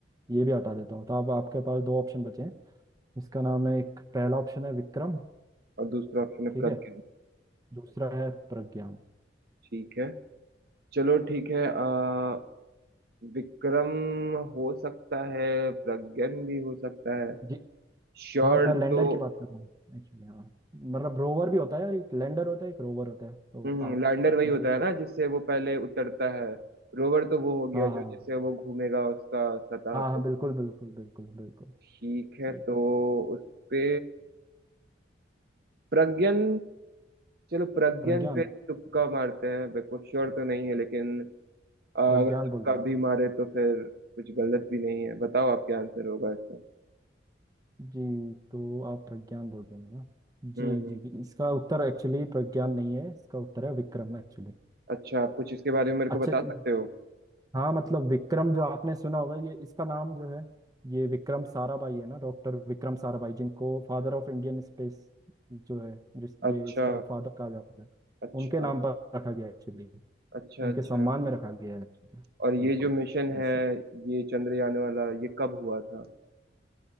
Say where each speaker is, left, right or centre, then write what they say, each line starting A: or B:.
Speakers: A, on the right; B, on the right.
A: ये भी हटा देता हूँ तो अब आपके पास दो ऑप्शन बचे हैं इसका नाम है एक पहला ऑप्शन है विक्रम
B: और दूसरा ऑप्शन है
A: ठीक
B: प्रज्ञा
A: है दूसरा है प्रज्ञान
B: ठीक है चलो ठीक है आ, विक्रम हो सकता है प्रज्ञन भी हो सकता है
A: जी
B: श्योर
A: हाँ मैं लैंडर
B: तो
A: की बात कर रहा हूँ एक्चुअली हाँ मतलब रोवर भी होता है और एक लैंडर होता है एक रोवर होता है तो
B: हम्म
A: आप
B: लैंडर
A: दो
B: वही होता है
A: चीज
B: ना जिससे वो पहले उतरता है रोवर तो वो हो गया
A: हाँ
B: जो
A: हाँ हाँ
B: जिससे वो घूमेगा उसका सतह
A: हाँ हाँ
B: पे
A: बिल्कुल बिल्कुल बिल्कुल बिल्कुल
B: ठीक
A: सही
B: है तो
A: कहा
B: उस पे प्रज्ञन चलो प्रज्ञन
A: प्रज्ञान
B: पे तुक्का मारते हैं मेरे को श्योर तो नहीं है लेकिन अ, अगर
A: प्रज्ञान
B: तुक्का
A: बोल रहे हैं
B: भी
A: आप
B: मारे तो फिर कुछ गलत भी नहीं है बताओ आप क्या आंसर होगा इसका
A: जी तो आप प्रज्ञान बोल रहे हैं ना जी
B: हम्म हम्म।
A: जी जी इसका उत्तर एक्चुअली प्रज्ञान नहीं है इसका उत्तर है विक्रम एक्चुअली
B: अच्छा आप कुछ इसके बारे में मेरे को
A: अच्छा
B: बता
A: इ-
B: सकते हो
A: हाँ मतलब विक्रम जो आपने सुना होगा ये इसका नाम जो है ये विक्रम साराभाई है ना डॉक्टर विक्रम साराभाई जिनको फादर ऑफ इंडियन स्पेस जो है जिस ये
B: अच्छा
A: इसका फादर कहा जाता है
B: अच्छा
A: उनके नाम पर रखा गया एक्चुअली
B: अच्छा
A: उनके
B: अच्छा
A: सम्मान में रखा गया है actually।
B: और
A: बिल्कुल
B: ये जो मिशन
A: ऐसा
B: है ये चंद्रयान वाला ये कब हुआ था